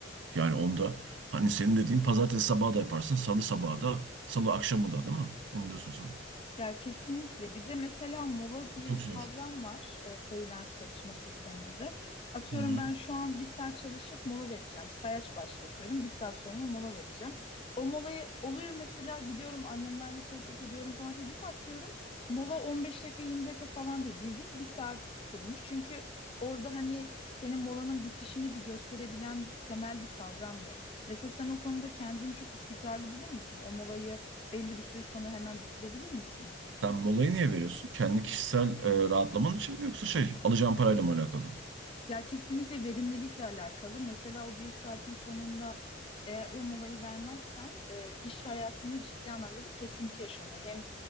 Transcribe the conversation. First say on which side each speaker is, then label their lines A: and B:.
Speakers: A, on the right; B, on the left.
A: Yani onda hani senin dediğin pazartesi sabahı da yaparsın, salı sabahı da, salı akşamı da değil mi? Onu diyorsun sen.
B: Ya kesinlikle. Bir de mesela mola diye
A: Çok
B: bir
A: zor.
B: kavram var e, freelance çalışma sisteminde. Atıyorum
A: Hı hı.
B: ben şu an bir saat çalışıp mola vereceğim. Sayaç başlatıyorum. Bir saat sonra mola vereceğim. O molayı oluyor mesela gidiyorum annemlerle sohbet ediyorum falan filan. Bir bakıyorum mola 15 dakika 20 dakika falan değil. Bildiğin bir saat sürmüş. Çünkü orada hani senin molanın bitişini bir gösterebilen temel bir kavram yok. Mesela sen o konuda kendini çok istikrarlı bulur musun? O molayı belli bir süre sonra hemen bitirebilir misin?
A: Sen molayı niye veriyorsun? Kendi kişisel e, rahatlaman için mi yoksa şey alacağın parayla mı alakalı?
B: Ya kesinlikle verimlilikle alakalı. Mesela o bir saatin sonunda eğer o molayı vermezsen e, iş hayatında ciddi anlamda bir kesinti yaşanıyor. Hem